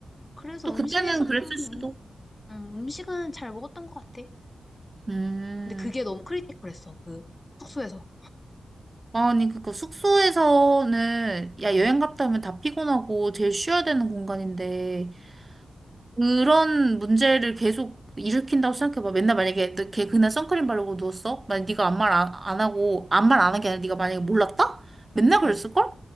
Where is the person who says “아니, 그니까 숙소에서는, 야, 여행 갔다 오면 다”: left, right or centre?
Right